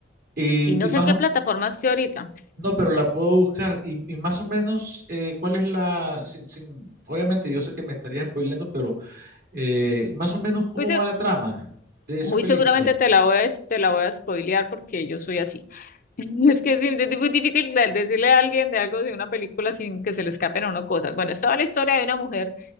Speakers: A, on the right; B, on the left.
A: Y,
B: Sí, no
A: y
B: sé
A: más
B: en qué
A: o-
B: plataforma esté ahorita.
A: no, pero la puedo buscar. Y, y más o menos, eh, ¿cuál es la... sin- sin- obviamente yo sé que me estaría spoileando, pero eh, más o menos cómo
B: Pues
A: va la trama de
B: Muy
A: esa película.
B: seguramente te la voy a, te la voy a spoilear porque yo soy así. <laughs> Es que sí, es muy difícil de- decirle a alguien de algo de una película sin que se le escapen a uno cosas. Bueno, es toda la historia de una mujer